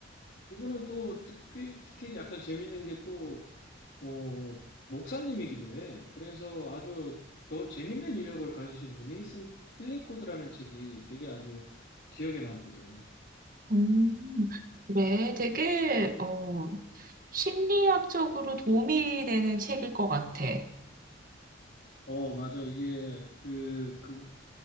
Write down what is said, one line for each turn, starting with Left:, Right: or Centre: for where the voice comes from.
Left: 그분은 또 특히 특히 약간 재밌는 게 또 어, 목사님이기도 해. 그래서 아주 더 재밌는 이력을 가지신 분이 쓴 힐링 코드라는 책이 되게 아주 기억에 남거든.
Right: 음, 그래. 되게, 어, 심리학적으로 도움이 되는 책일 것 같아.
Left: 어, 맞아. 이게 그 그,